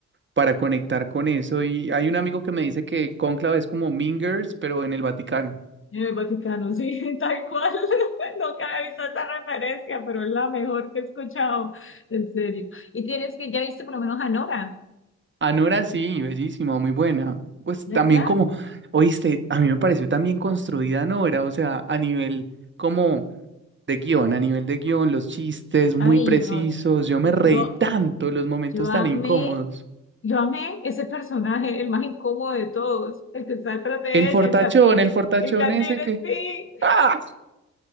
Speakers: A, on the right; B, on the left.
A: para conectar con eso. Y hay un amigo que me dice que Cónclave es como Mean Girls, pero en el Vaticano.
B: En el Vaticano, sí, <laughs> tal cual. <laughs> Nunca había visto esa referencia, pero es la mejor que he escuchado, en serio. Y tienes que, ya viste por lo menos a Nora,
A: Anora sí, bellísima, muy buena. Pues
B: ¿verdad?
A: también como, oíste, a mí me pareció también construida Anora, o sea, a nivel como de guión, a nivel de guión, los chistes muy
B: Ay,
A: precisos,
B: no,
A: yo me reí
B: yo,
A: tanto los momentos
B: yo amé,
A: tan incómodos.
B: yo amé ese personaje, el más incómodo de todos, el que está detrás de
A: El fortachón,
B: ella, el catire,
A: el fortachón
B: el catire,
A: ese que...
B: sí.
A: ¡Ah!